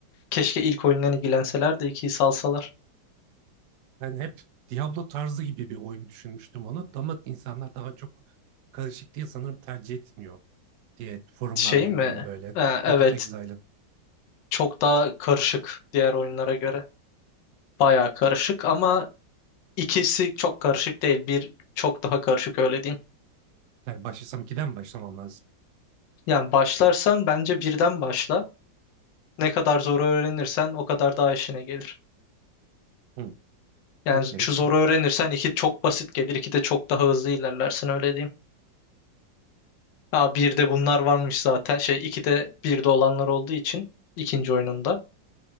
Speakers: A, on the left; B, on the right.
A: Keşke ilk oyundan ilgilenseler de ikiyi salsalar.
B: Ben hep Diablo tarzı gibi bir oyun düşünmüştüm onu ama insanlar daha çok karışık diye sanırım tercih etmiyor diye forumlarda
A: Şey
B: okudum
A: mi?
B: böyle.
A: Ee, evet
B: Path of Exile'ı.
A: çok daha karışık diğer oyunlara göre. Bayağı karışık ama İkisi çok karışık değil. Bir çok daha karışık öyle diyeyim.
B: Yani başlasam 2'den mi başlamam lazım?
A: Yani başlarsan bence birden başla. Ne kadar zor öğrenirsen o kadar daha işine gelir.
B: Hı,
A: Yani
B: okey.
A: şu zoru öğrenirsen iki çok basit gelir. iki de çok daha hızlı ilerlersin öyle diyeyim. Aa, bir de bunlar varmış zaten. Şey iki de bir de olanlar olduğu için ikinci oyununda.